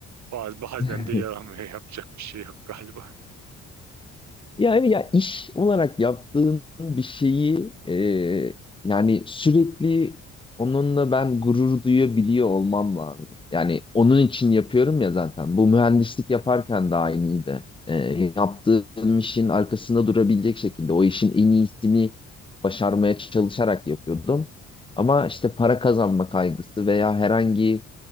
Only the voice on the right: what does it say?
Baz- Bazen
de yaramıyor. Yapacak bir şey yok galiba.